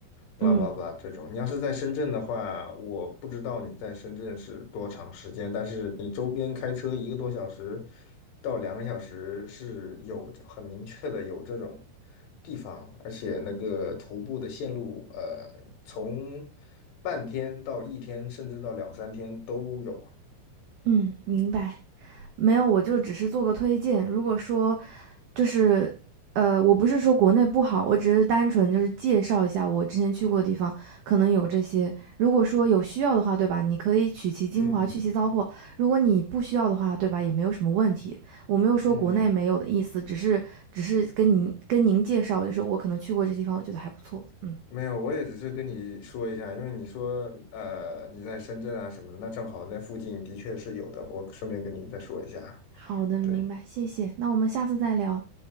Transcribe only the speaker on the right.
嗯
嗯，明白。没有，我就只是做个推荐。如果说就是呃，我不是说国内不好，我只是单纯就是介绍一下我之前去过的地方，可能有这些。如果说有需要的话，对吧？你可以取其精华，
去其糟粕。如果你不需要的话，对吧？也没有什么问题。我没有说国内没有的意思，
只是只是跟您跟您介绍，就是我可能去过这地方，我觉得还不错。嗯，
好的，明白，
谢谢。那我们下次再聊。